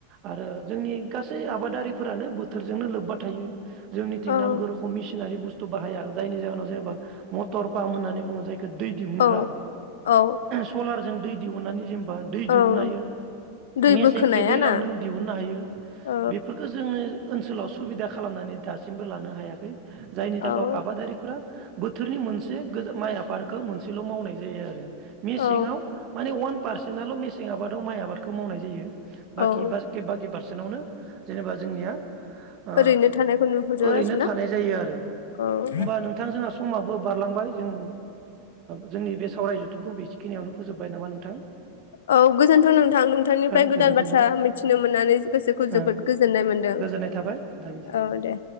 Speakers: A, on the right; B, on the left.
A: आरो जोंनि गासै आबाद दारिफोरानो बोथोरजोंनो लोब्बा थायो। जोंनिथिं
B: औ
A: नांगौ रोखम मिसिनारि बुस्थु खो बाहाया जायनि जाहोनाव जेनेबा मथर फाम होननानै बुङो जाय दै दिुहुनग्रा
B: औ औ
A: सलार जों दैहुनानै जे बा दै
B: औ
A: दिहुननो हायो
B: दै
A: मेसें
B: बोखोनाया
A: खे दैलां
B: ना
A: नों दिहुननो हायो
B: औ
A: बेफोरखौ जोङो ओनसोलाव सुबिदा खालामनानै दासिमबो लानो हायाखै जायनि
B: औ
A: थाखाय गाव आबादारिफोरा बोथोरनि मोनसे माइ आबादखौ मोनसेल' मावनाय जायो आरो मेसेङाव
B: औ
A: माने वान पारसेटल' मेसें आबादाव माइ आबादखौ मावनाय जायो। बाखि
B: औ
A: बास गि बागि बार नावनो जेनेबा जोंनिया ओ
B: ओरैनो थानायखौ नुहुरो
A: ओरैनो
B: आरोना
A: थानाय जायो आरो।
B: औ
A: होमबा नोंथां जोंहा समाबो बारलांबाय जों जोंनि ओ बे सावराय जथुमखौ बेसेखिनियावनो फोजोब्बाय नामा नोंथां
B: औ गोजोनथ' नोंथां नोंथांनिफ्राय
A: ओ
B: गोदान
A: गोजोनथों
B: बाथ्रा
A: थाबाय
B: मिथिनो मोननानै गोसोखौ
A: ओ
B: जोबोद गोजोननाय मोनदों
A: गोजोननाय थाबाय नोंथांनिसिम
B: औ दे